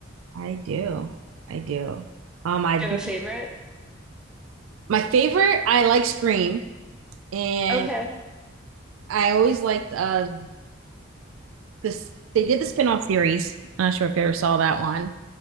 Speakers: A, on the right (about 80°); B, in the centre.
A: I do. I do. Um, I've
B: Do you
A: been
B: have a favorite?
A: My favorite, I like Scream, and
B: Okay.
A: I always liked uh this. They did the spinoff series. I'm not sure if you ever saw that one.